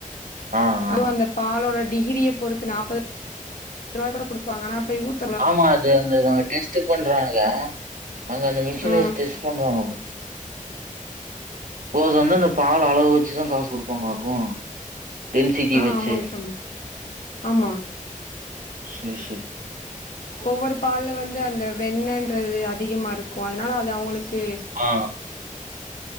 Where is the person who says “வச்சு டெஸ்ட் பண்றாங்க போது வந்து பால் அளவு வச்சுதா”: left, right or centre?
Right